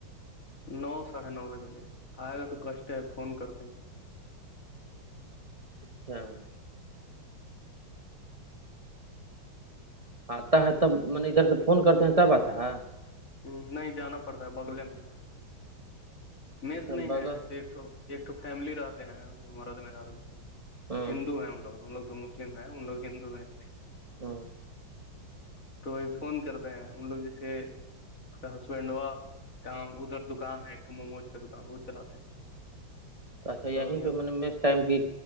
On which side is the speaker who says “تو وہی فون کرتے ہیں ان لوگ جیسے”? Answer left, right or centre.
Left